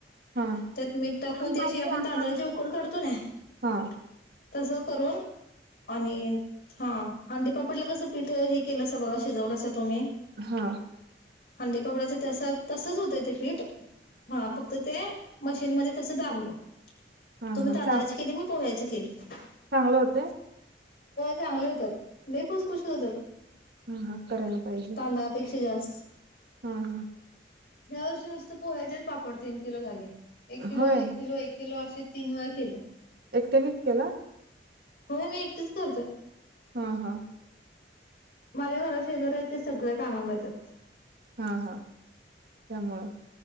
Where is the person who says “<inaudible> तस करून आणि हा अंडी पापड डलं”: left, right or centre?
Left